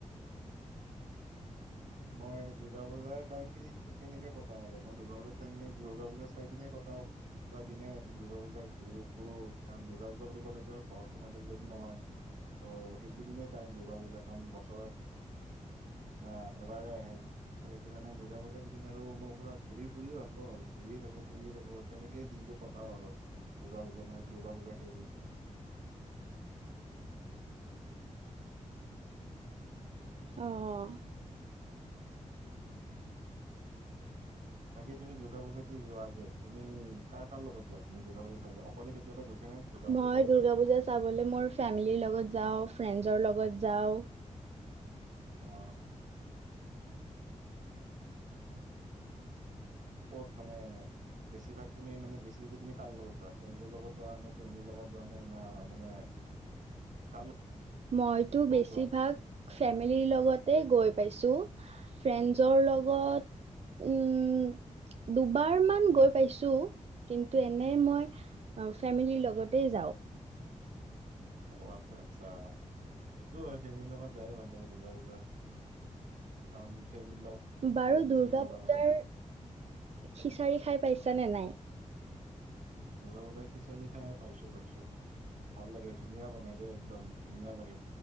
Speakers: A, on the right (about 80°); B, on the right (about 55°).
A: মই দুৰ্গা পূজাৰ টাইমখিনিত কেনেকে কটাও আৰু মই দুৰ্গা পূজাৰ টাইমখিনি দুৰ্গা পূজা চাই কিনে কটাও। পুৰা দিনে-ৰাতি দুৰ্গা পূজা ঘূৰো-ফুৰো কাৰণ দূৰ্গা পূজা বুলি ক'লেতো আৰু ঘৰত সোমাই থাকিলেতো নহয়। ত' সেইকেইদিনে টাইম দুৰ্গা পূজা, কাৰণ বছৰত আহ এবাৰে আহে ত সেইটো কাৰণে দ দুৰ্গা পূজা কেইদিন আৰু মই পুৰা ঘূৰি ফুৰিয়ে ভাল পাওঁ আৰু ঘূৰিয়েই থাকো ফুৰিয়ে থাকো তেনেকেই দিনবোৰ কটাওঁ আৰু দুূৰ্গা পূজা দুূৰ্গা পূজা কেইদিন।
B: অহ
A: বাকী তুমি দুৰ্গা পূজাত যে যোৱা যে তুমি কাৰ- কাৰ লগত যোৱা তুমি দুৰ্গা পূজা চাবলৈ অকলে কেতিয়াবা গৈছা? নে? দুৰ্গা পূজা
B: মই
A: চাবলৈ
B: দূৰ্গা পূজা চাবলৈ মোৰ ফেমিলিৰ লগত যাওঁ। ফ্ৰেণ্ডছৰ লগত যাওঁ
A: অহ। ক'ত মানে বেছিভাগ তুমি মানে বেছি তুমি কাৰ লগত যোৱা ফ্ৰেণ্ডৰ লগত যোৱা নে ফ্ৰেমেলিৰ লগত যোৱা নে না মানে কাৰ লগত?
B: মইতো বেছিভাগ
A: যোৱা?
B: ফেমিলিৰ লগত তে গৈ পাইছো। ফ্ৰেণ্ডছৰ লগত উম দুবাৰ মান গৈ পাইছো, কিন্তু এনে মই ফেমিলিৰ লগতে যাওঁ।
A: অ আচ্ছা-আচ্ছা। এইটো হয় ফেমিলিৰ লগত যায় ভাল লাগে দুৰ্গা পূজা। কাৰণ ফেমিলিৰ লগত
B: বাৰু
A: খাই বেছি
B: দুৰ্গা
A: মজা
B: পূজাৰ
A: আৰু
B: খিচাৰি খাই পাইছ নে নাই?
A: দূৰ্গা পূজাৰ খিচাৰি খাই পাইছো পাইছো, ভাল লাগে ধুনীয়া বনাই দেই একদম, ধুনীয়া লাগে।